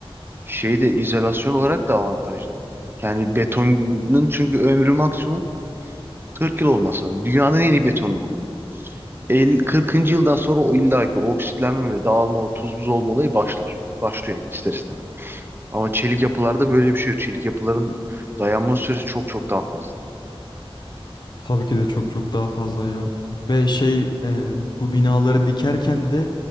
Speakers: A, on the right; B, on the left.
A: şeyde izolasyon olarak da avantajlı. Yani betonun çünkü ömrü maksimum 40 yıl olmasa da Dünyanın en iyi betonunu kullan. 50, 40. yıldan sonra o illaki oksitlenme ve dağılma, o tuz buz olma olayı başlar. Başlıyor yani ister istemez. Ama çelik yapılarda böyle bir şey yok. Çelik yapıların dayanma süresi çok çok daha fazla.
B: Tabii ki de çok çok daha fazla ya. Ve şey e, bu binaları dikerken de